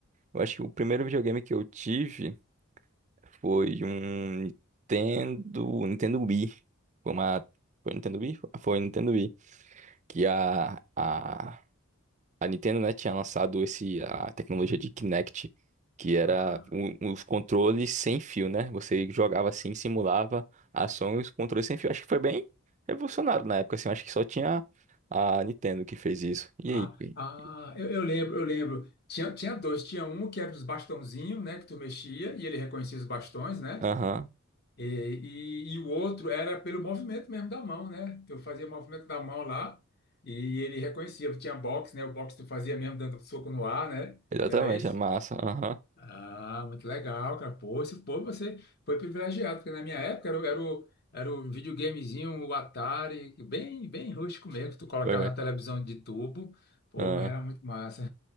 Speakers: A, on the right (about 35°); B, on the left (about 45°).
A: Eu acho que o primeiro videogame que eu tive foi um Nintendo, Nintendo Wii. Foi uma. Foi Nintendo Wii? Foi Nintendo Wii. Que a, a A Nintendo, né, tinha lançado esse, a tecnologia de Kinect, que era
B: ah,
A: um- os controles sem fio, né? Você jogava assim, simulava ações, controles sem fio. Acho que foi bem revolucionário na época, assim. Acho que só tinha a Nintendo que fez isso. E
B: ah,
A: aí? Gui?
B: ah, eu, eu lembro, eu lembro. Tinha, tinha dois, tinha um que era dos bastãozinhos, né, que tu mexia e ele reconhecia os bastões, né?
A: Aham,
B: E, e, e o outro era pelo movimento mesmo da mão, né? Eu fazia movimento da mão lá e ele reconhecia. Eu Tinha boxe, né? O boxe tu fazia mesmo dando soco no ar, né?
A: exatamente,
B: Não era esse?
A: é massa. Aham,
B: Ah, muito legal, cara. Pô, esse, pô, você foi privilegiado, porque na minha época era, o- era, o, era o videogamezinho, o Atari, bem, bem rústico mesmo, que tu colocava
A: foi.
B: na televisão de tubo. Pô,
A: Ah,
B: mas era muito massa.